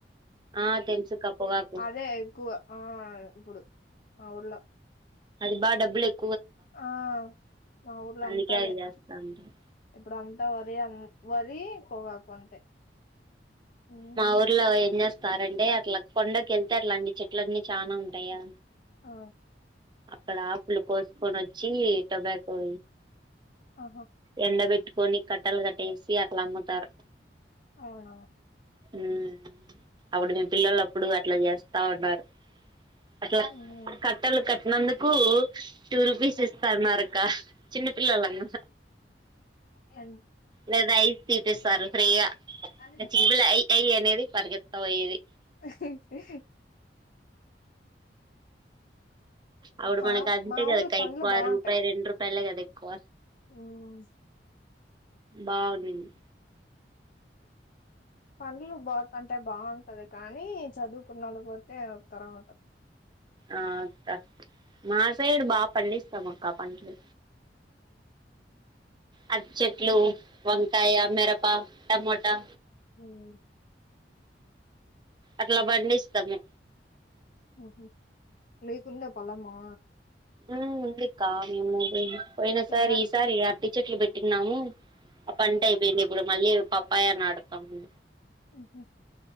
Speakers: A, on the right; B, on the left.
A: ఆ తెలుసుక్క పొగాకు
B: అదే ఎక్కువ ఆ ఇప్పుడు మా ఊర్లో
A: అది బా డబ్బులు ఎక్
B: ఆ మా ఊర్లో
A: అందుకే
B: అంతా
A: అది
B: అదే
A: చేస్తా ఉంటారు
B: ఇప్పుడు అంతా వరి అం వరి పోగాకు అంతే ఉమ్
A: మా ఊర్లో ఏం చేస్తారంటె అట్లా కొండకి వెళ్తే అట్లాంటి చెట్లన్నీ చానా ఉంటాయా
B: ఆ
A: అక్కడ ఆకులు కోసుకొని వచ్చి టొబాకో
B: ఆహా
A: ఎండ బెట్టుకొని కట్టలు కట్టేసి అట్ల అమ్ముతారు
B: అవునా
A: ఉం అప్పుడు మేం పిలోల్లు అప్పుడు అట్లా చేస్తా ఉన్నారు అట్లా
B: ఉం
A: కట్టలు కట్టినందుకు టూ రూపీస్ ఇస్తన్నారుక్క చిన్న పిల్లలంగ
B: ఎ
A: లేదా ఐస్ తీపిస్తారు ఫ్రీగా
B: మా
A: చిల <unintelligible> అ అఐ అనేది పరిగెత్తా పోయ్యేది
B: <unintelligible>
A: అప్పుడు
B: మా
A: మనకు అంతే
B: మా
A: కదా
B: ఊర్లో
A: అక్క
B: పనులు
A: ఎక్కువ
B: బాగుంటాయి
A: రూపాయి రెండు రూపాయలే కదా ఎక్కువ
B: ఉం
A: బాగుండింది
B: పనులు పోతంటే అంటే బాగుంటది కానీ చదువుకున్న వాళ్ళు పోతే ఒక తరా ఉంటది
A: ఆ అక్క మా సైడు బాగా పండిస్తాం అక్క పంటలు అరటి చెట్లు వంకాయ మిరప టమోటా
B: ఉం
A: అట్లా పండిస్తాము
B: ఆహ మీకుందా పోలమా
A: ఉం ఉంది అక్క మేము పోయినా సారి
B: ఎన్న
A: ఈసారి అరటి చెట్లు పెట్టిన్నాము ఆ పంట అయిపోయింది ఇప్పుడు మళ్ళీ పప్పాయే నాటతాము
B: ఆహా